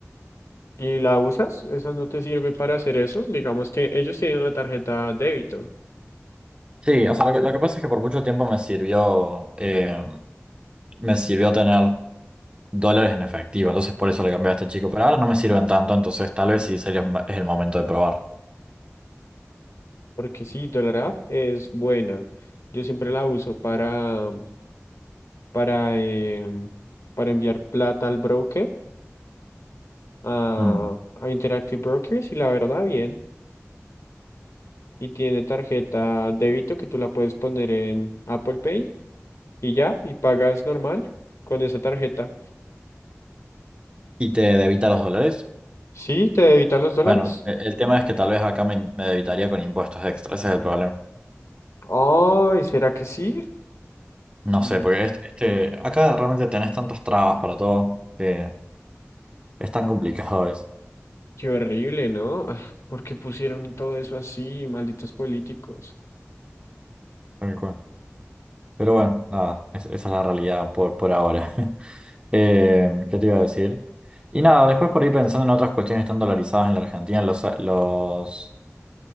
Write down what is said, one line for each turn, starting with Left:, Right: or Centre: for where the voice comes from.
Left: y la usas, esa no te sirve para hacer eso. Digamos que ellos tienen una tarjeta débito,
Right: sí, o sea, lo que, lo que pasa es que por mucho tiempo me sirvió, eh, me sirvió tener. dólares en efectivo. Entonces por eso le cambié a este chico. Pero ahora no me sirven tanto, entonces tal vez sí sería es el momento de probar.
Left: porque sí, Dollar App es buena. Yo siempre la uso para, para, em, para enviar plata al broker a,
Right: Mm.
Left: a Interactive Brokers y la verdad bien. Y tiene tarjeta débito que tú la puedes poner en Apple Pay y ya, y pagas normal con esa tarjeta.
Right: ¿Y te debita los dólares?
Left: Sí, te debita los dólares.
Right: Bueno, e- el tema es que tal vez acá me, me debitaría con impuestos extra, ese es el problema.
Left: Ay, ¿será que sí?
Right: No
Left: Mm,
Right: sé, porque este, este- acá realmente tenés tantas trabas para todo que es tan complicado a veces,
Left: qué horrible, ¿no? Ah, ¿Por qué pusieron todo eso así, malditos políticos?
Right: tal cual. Pero bueno, nada, es- esa es la realidad por, por ahora. <laughs> Eh, ¿qué te iba a decir? Y nada, después por ahí pensando en otras cuestiones tan dolarizadas en la Argentina, los, los